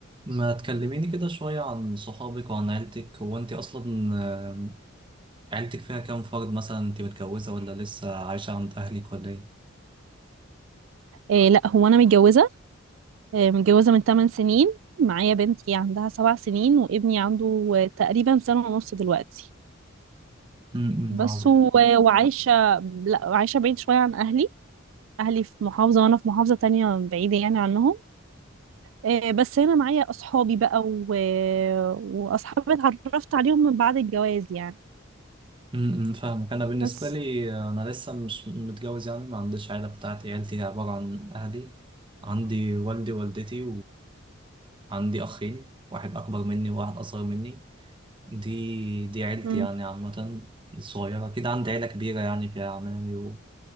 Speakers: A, on the right; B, on the right.
A: ما تكلميني كده شوية عن صحابك وعن عيلتك هو انت اصلا آه، عيلتك فيها كام فرد مثلا انت متجوزة ولا لسه عايشة عند اهلك ولا ايه
B: إيه لا هو انا متجوزه إيه متجوزه من 8 سنين معايا بنتي عندها سبع سنين وابني عنده آه، تقريبا سنه ونص دلوقتي
A: امم
B: بس
A: عظيم
B: و- وعايشه لا عايشه بعيد شويه عن اهلي اهلي في محافظه وانا في محافظه تانية بعيده يعني عنهم إيه بس هنا معايا اصحابي بقى و... واصحابي اتعرفت عليهم من بعد الجواز يعني
A: امم فاهمك انا بالنسبة
B: بس
A: لي آه، انا لسه مش متجوز يعني ما عنديش عيلة بتاعتي عيلتي عبارة عن اهلي عندي والدي ووالدتي وعندي اخين واحد اكبر مني وواحد اصغر مني دي دي عيلتي
B: مم.
A: يعني عامة صغيرة كده عندي عيلة كبيرة يعني فيها عمامي وفيها